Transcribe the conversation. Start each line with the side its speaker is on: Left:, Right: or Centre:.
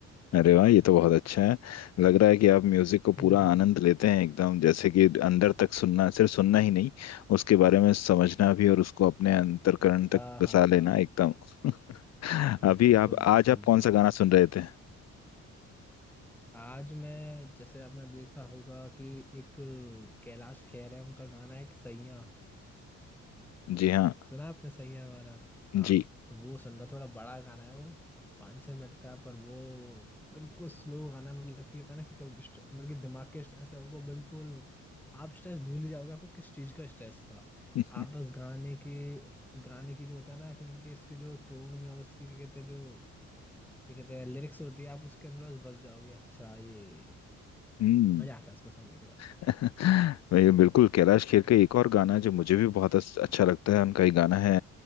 Left: अरे वाह ये तो बहुत अच्छा है लग रहा है कि आप म्यूजिक को
Centre: हम्म
Left: पूरा
Centre: हम्म।
Left: आनंद लेते हैं एकदम जैसे कि अंदर तक सुनना सिर्फ सुनना ही नहीं उसके बारे में समझना भी और उसको अपने अंतर्करण
Centre: हाँ
Left: तक बसा
Centre: हाँ
Left: लेना
Centre: हाँ
Left: एकदम <laughs> अभी
Centre: बिल्कुल
Left: आप
Centre: बिल्कुल
Left: आज आप कौन
Centre: बिल्कुल
Left: सा गाना सुन रहे थे
Centre: आज मैं जैसे आपने देखा होगा कि एक कैलाश खेर है उनका गाना है एक सैया
Left: जी हाँ
Centre: सुना आपने सैया गाना हाँ
Left: जी
Centre: तो वो सुन रहा थोड़ा बड़ा गाना है वो पाँच छः मिनट का है, पर वो बिल्कुल स्लो गाना मतलब कि होता है ना कि कब स्ट्रे- मतलब कि दिमाग के स्ट्रेस है वो बिल्कुल आप स्ट्रेस भूल ही जाओगे आपको किस चीज़ का स्ट्रेस था
Left: <laughs>
Centre: आप बस गाने के गाने की जो होता है ना कि मतलब कि इसकी जो टोन और उसकी क्या कहते हैं जो क्या कहते हैं लिरिक्स होती है आप उसके अंदर बस बस जाओगे अच्छा ये
Left: हम्म
Centre: मजा आता है इसको सुनने के बाद
Left: <laughs> मैं बिल्कुल कैलाश खेर का एक और गाना जो मुझे भी बहुत अस- अच्छा लगता है उनका एक गाना है